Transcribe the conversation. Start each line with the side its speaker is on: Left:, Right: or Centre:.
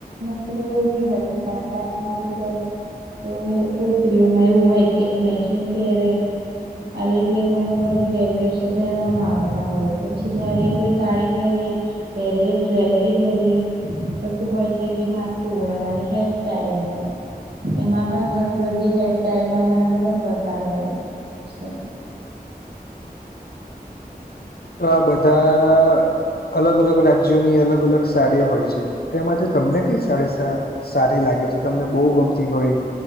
Right: સમ્રી એવી હોશે પણ કાસમાં લીધારે કો કોઈ સ્ત્રીઓમાં એવું હોય કે જે મેચિંગ પેરે આવી રીતે ઘણા બધાેરવેર પહેરવામાં આવતા હોય પછી જયારે કોઈ સાડી પહેરીએ પહેરીવી જ્વેલરી પહેરી પછી હોય છે કે માથું ઓળવવાની હેરસ્ટાઈલ હોય એમાં પણ ઘણી બધી હેરસ્ટાઈલમાં ઘણા બધા પ્રકાર હોય છે
Left: તો આ બધા અલગ અલગ રાજ્યોની અલગ અલગ સાડીઓ હોય છે તેમાંથી તમને કઈ સાડી સારી લાગે છે તમને બહુ ગમતી હોય